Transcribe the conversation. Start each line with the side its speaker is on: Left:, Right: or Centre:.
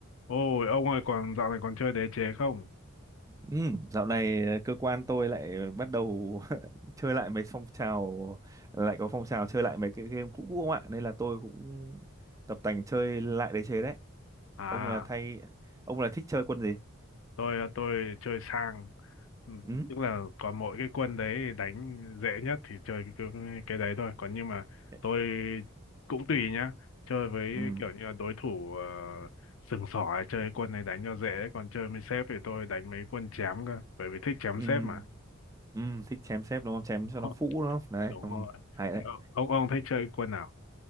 Left: Ôi, ông ơi, còn dạo này còn chơi đế chế không?
Right: Ừ, dạo này ờ, cơ quan tôi lại bắt đầu <laughs> chơi lại mấy phong trào lại có phong trào chơi lại mấy cái game cũ cũ không ạ nên là tôi cũng tập tành chơi lại đế chế đấy
Left: À,
Right: ông là thay ông là thích chơi quân gì
Left: tôi tôi chơi sang, Ừ,
Right: ừ
Left: tức là có mỗi cái quân đấy đánh dễ nhất thì chơi cái, cái, cái đấy thôi. Còn nhưng mà
Right: thế-
Left: tôi cũng tùy nhá, chơi với
Right: ừ
Left: kiểu như là đối thủ uh, sừng sỏ, chơi quân này đánh cho dễ. Còn chơi với sếp thì tôi đánh mấy quân chém cơ, bởi vì thích chém
Right: ừ,
Left: sếp mà.
Right: ừ. thích chém xếp đúng không chém
Left: <laughs>
Right: cho nó phũ đúng không đấy
Left: Đúng
Right: ừ.
Left: rồi.
Right: hay đấy
Left: Thế Ông, ông ông thích chơi quân nào?